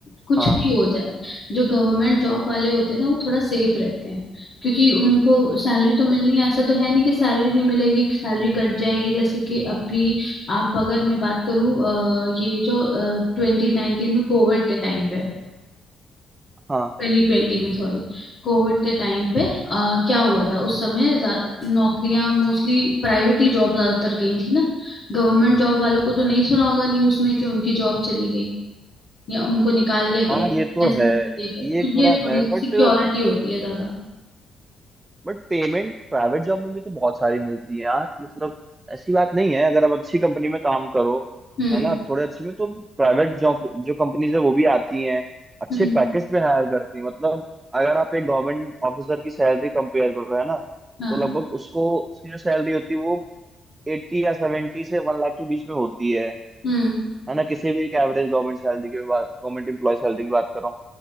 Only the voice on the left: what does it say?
कुछ
भी हो जाए जो गवर्नमेंट जॉब वाले होते हैं ना वो थोड़ा सेफ रहते हैं क्योंकि उनको सैलरी तो मिलनी है ऐसा तो है नहीं कि सैलरी नहीं मिलेगी सैलरी कट जाएगी जैसे कि अभी आप अगर मैं बात करूँ ये जो ट्वेंटी नाइनटीन में कोविड के टाइम पे
ट्वेंटी ट्वेंटी में सॉरी कोविड के टाइम पे अ, क्या हुआ था उस समय जा- नौकरियां मोस्टली प्राइवेट ही जॉब ज्यादातर गई थी ना गवर्नमेंट जॉब वालों को तो नहीं सुना होगा न्यूज में कि उनकी जॉब चली गई या उनको निकाल दिया
गया
ऐसे
ही किया गया।
तो
ये थोड़ी
सी
सिक्योरिटी होती है ज्यादा
हम्म
हम्म
हाँ
हम्म